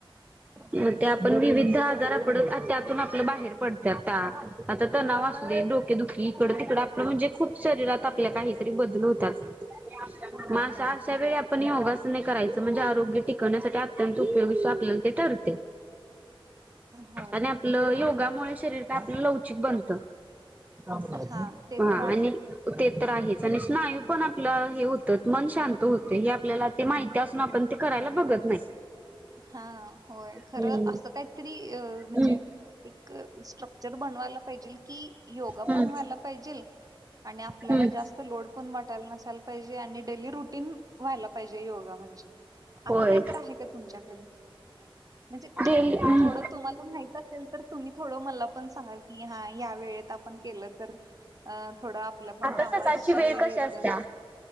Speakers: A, on the right; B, on the right.
A: म ते आपण
B: हम्म
A: विविध आजार आपड त्यातून आपलं बाहेर पडत आता. आता तणाव असतय डोके दुखी इकडं तिकडं आपलं म्हणजे खूप शरीरात- आपल्या काहीतरी बदल होतात
B: होय
A: मग
B: होय
A: अशा
B: होय
A: वेळी आपण योगा सने करायचं म्हणजे आरोग्य टिकवण्यासाठी अत्यंत उपयोगी आपल्याला ते ठरते.
B: होय
A: आणि आपलं योगामुळे शरीर काय आपलं लवचिक बनतं. ह
B: हा ते तर
A: आणि
B: आहे
A: ते तर आहेचं आणि स्नायू पण आपलं हे हुतं मन शांत होते हे आपल्याला ते माहिती असून आपण ते करायला बघत नाही.
B: हा होय
A: हम्म
B: खरं असं काहीतरी म्हणजे
A: हम्म
B: एक स्ट्रक्चर बन वायला पाहिजेल की योगा
A: हम्म
B: पण व्हायला पाहिजेल, आणि आपल्याला
A: हम्म
B: जास्त लोड पण वाटायला नसायला पाहिजे आणि डेली रुटीन व्हायला पाहिजे योगा म्हणजे. असं
A: होय
B: कायतर आहे का तुमच्याकडं, म्हणजे
A: डेली
B: थोडं तुम्हाला माहित तर तुम्ही थोड मला पण सांगा की हा या वेळेत आपण केलं तर अ थोडं आपलं पण
A: आता
B: कामाची
A: सकाळची वेळ कशी असत्या.
B: अ,